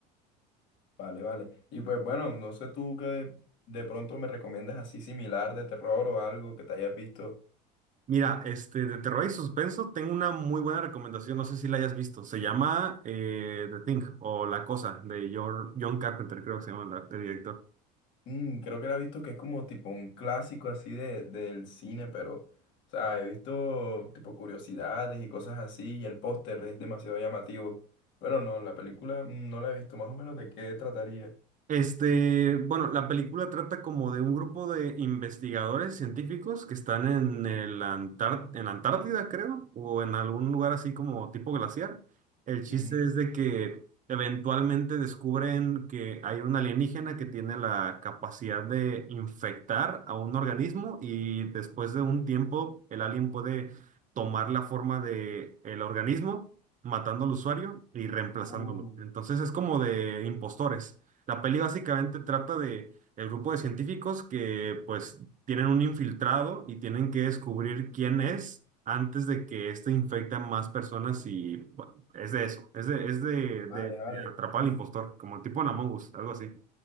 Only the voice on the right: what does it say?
Mira, este, de terror y suspenso, tengo una muy buena recomendación, no sé si la hayas visto. Se llama eh, The Thing o La Cosa de Jor- John Carpenter, creo que se llama la- el director.
Este, bueno, la película trata como de un grupo de investigadores científicos que están en el Antar- en la Antártida, creo, o en algún lugar así como tipo glaciar. El chiste
es de que eventualmente descubren que hay un alienígena que tiene la capacidad de infectar a un organismo y después de un tiempo el alien puede tomar la forma de el organismo, matando al usuario y reemplazándolo.
Entonces es como de impostores. La peli básicamente trata de el grupo de científicos que pues tienen un infiltrado y tienen que descubrir quién es antes de que éste infecte a más personas y bueno, es de eso, es de, es de,
de-
de atrapar
al impostor, como el tipo en Among Us, algo así.